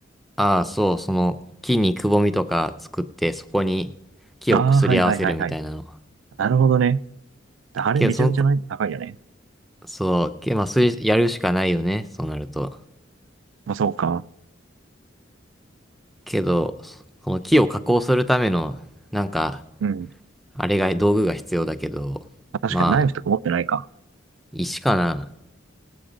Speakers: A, in the centre; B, on the right.
A: ああ、そう、その木にくぼみとか作ってそこに木を擦り合わせるみたいなの。
B: ああ、はいはいはいはい。なるほどね。あれめちゃめちゃない高いよね。
A: けど、その、そう、け、まあ、それやるしかないよね、そうなると。
B: まあ、そうか。
A: けど、その木を加工するための、なんか、
B: うん。
A: あれが、道具が必要だけど、
B: まあ、確かにナイフとか持ってないか。
A: まあ、石かな。